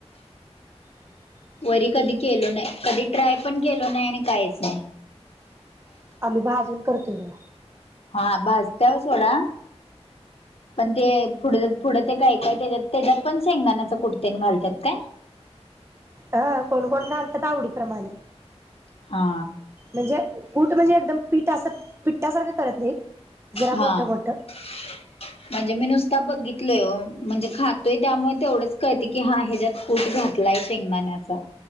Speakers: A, on the left; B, on the right.
A: वरी कधी केलो नाही. कधी ट्राय पण केलो नाही आणि काहीच नाही?
B: आम्ही भाजून करतोय ब.
A: हा भाजत व सोडा पण ते पुढे, पुढं ते काय काय त्याच्यात त्याच्यात पण शेंगदाणाच कुडतेन घालतात काय?
B: हा कोण कोण घालतात आवडीप्रमाणे,
A: हा?
B: म्हणजे कुठ म्हणजे एकदम पीठ असं पिठठासारखं करत नाही? जरा मोठं
A: हा
B: मोठं.
A: <unintelligible> म्हणजे मी नुसता बघितलोय म्हणजे खातोय त्यामुळे तेवढंच कळते की हा ह्याच्यात कूटातो. नाही शेंगदाणेचा